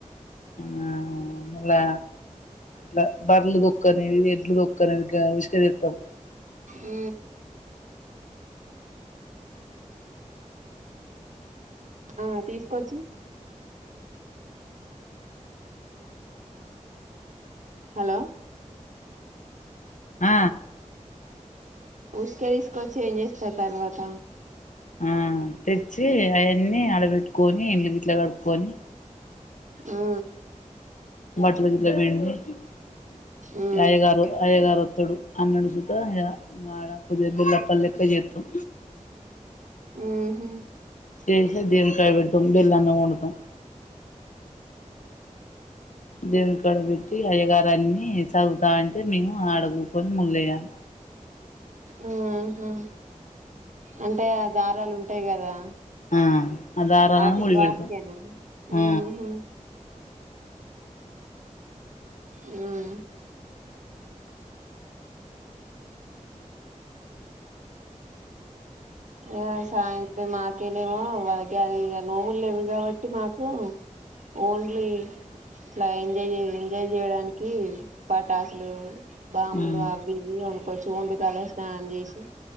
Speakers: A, on the left; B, on the right.
A: ఆ మళ్ళా ఇలా బర్లు దొక్క్ అని ఎడ్లు దొక్క్ అని గా ఉష్క దెత్తం
B: ఉ ఆ తీసుకోచ్చి హలో
A: ఆ
B: ఉసుక తీసుకొచ్చి ఏం చేస్తారు తర్వాత
A: ఆ తెచ్చి అవన్నీ ఆడబెట్టుకొని ఇల్లు గట్లా కడుక్కొని
B: ఉ
A: బట్టలు గిట్ల పిండి ఇగ
B: ఉ
A: అయ్యగారు అయ్యగారు ఒత్తడు అన్నడు సుతా ఇగ ఆడ కొద్దిగా బెల్లప్పాలు లెక్క జెత్తం
B: ఉహు
A: చేశే దేవుని కాడా పెడుతం బెల్లన్నం ఒండుతం దేవుని కాడా పెట్టి అయ్యగారు అన్నీ చదువుతా అంటే మేము ఆడ గుకొని <unintelligible>
B: ఉ ఆహా అంటే ఆ దారాలు ఉంటాయి కదా
A: ఆ ఆ దారాలను
B: ఆటి
A: ముడివెడుతం
B: వాటికేనా
A: ఆ
B: ఉహు ఉమ్ ఆ సాయంత్రం మాకేలేమో <unintelligible> నోములు లేవు కాబట్టి మాకు ఓన్లీ ఇట్లా ఎంజాయ్ జెయ్ ఎంజాయ్ జెయడానికి పటాస్లు బాంబులు
A: ఉమ్
B: అవ్వి ఇవ్వి ఉన్ పచ్చు <unintelligible> తల స్నానం చేసి